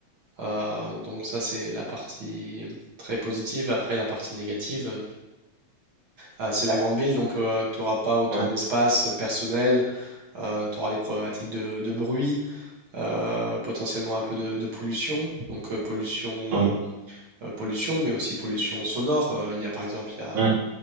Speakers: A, on the right; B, on the right.
A: Euh, donc ça, c'est la partie très positive. Après, la partie négative, euh, ah, c'est la grande ville, donc tu n'auras pas autant
B: ouais,
A: d'espace personnel, tu auras des problématiques de, de bruit, euh, potentiellement un peu de, de pollution, donc euh, pollution,
B: ouais,
A: euh, pollution, mais aussi pollution sonore. Euh, il y a par exemple, il y a
B: ouais,